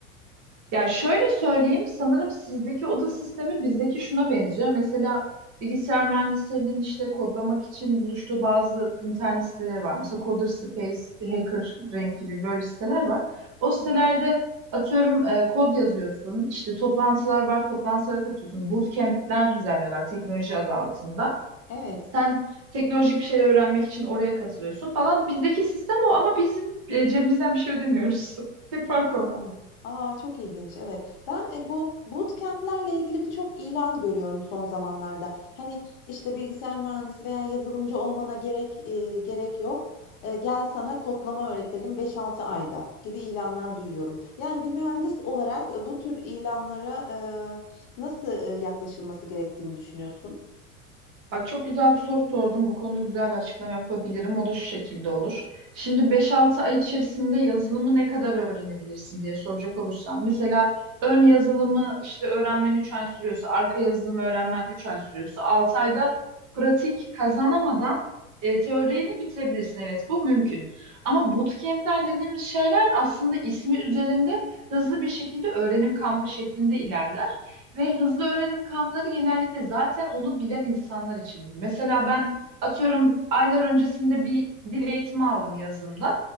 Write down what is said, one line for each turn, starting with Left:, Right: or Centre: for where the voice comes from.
Right: Ya şöyle söyleyeyim, sanırım sizdeki oda sistemi bizdeki şuna benziyor. Mesela bilgisayar mühendislerinin işte kodlamak için buluştuğu bazı internet siteleri var. Mesela Coder Space, Hacker Rank gibi böyle siteler var. O sitelerde
Left: Hı hı.
Right: atıyorum e, kod yazıyorsun, işte toplantılar var, toplantılara katıyorsun. Bootcamp'ler düzenliyorlar teknoloji adı altında.
Left: Evet.
Right: Sen teknolojik bir şeyler öğrenmek için oraya katılıyorsun falan. Bizdeki sistem o ama bizim e, cebimizden bir şey ödemiyoruz. <laughs> Tek fark
Left: Ha,
Right: o.
Left: a, çok ilginç. Evet. Ben e, bu bootcamp'lerle ilgili birçok ilan görüyorum son zamanlarda. Hani işte bilgisayar mühendisi veya yazılımcı olmana gerek e, gerek yok. E, gel sana kodlama öğretelim beş altı ayda gibi ilanlar duyuyorum. Yani bir mühendis olarak e, bu tür ilanlara e, nasıl e, yaklaşılması gerektiğini düşünüyorsun?
Right: Bak çok güzel bir soru sordun. Bu konuda güzel bir açıklama yapabilirim. O da şu şekilde olur. Şimdi beş-altı ay içerisinde yazılımı ne kadar öğrenebilirsin diye soracak olursam. Mesela ön yazılımı işte öğrenmen 3 ay sürüyorsa, arka yazılımı öğrenmen 3 ay sürüyorsa, 6 ayda pratik kazanamadan e, teorini bitirebilirsin. Evet bu mümkün. Ama bootcamp'ler dediğimiz şeyler aslında ismi üzerinde hızlı bir şekilde öğrenim kampı şeklinde ilerler. Ve hızlı öğrenim kampları genellikle zaten onu bilen insanlar içindir. Mesela ben atıyorum aylar öncesinde bir dil eğitimi aldım yazılımdan.